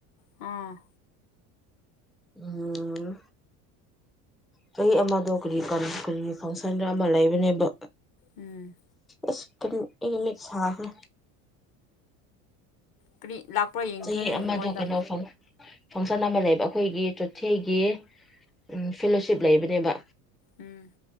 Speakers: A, on the left (about 55°); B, in the centre.
A: ꯑꯥ
B: ꯎꯝ ꯆꯍꯤ ꯑꯃꯗꯣ ꯀꯔꯤ ꯀꯔꯤ ꯀꯔꯤ ꯐꯪꯁꯟꯔ ꯑꯃ ꯂꯩꯕꯅꯦꯕ
A: ꯎꯝ
B: ꯏꯁ ꯀꯔꯤ ꯑꯩꯒꯤ ꯃꯤꯠ ꯁꯥꯈ꯭ꯔꯦ
A: ꯀꯔꯤ ꯂꯥꯛꯄ꯭ꯔꯥ ꯌꯦꯡꯈꯣ
B: ꯆꯍꯤ
A: ꯅꯪꯒꯤ
B: ꯑꯃꯗꯣ
A: ꯐꯣꯟꯗ
B: ꯀꯩꯅꯣ ꯐꯪ ꯁꯟ ꯑꯃ ꯂꯩꯕ ꯑꯈꯣꯏꯒꯤ ꯆꯣꯊꯦꯒꯤ ꯎꯝ ꯐꯦꯂꯣꯁꯤꯞ ꯂꯩꯕꯅꯦꯕ
A: ꯎꯝ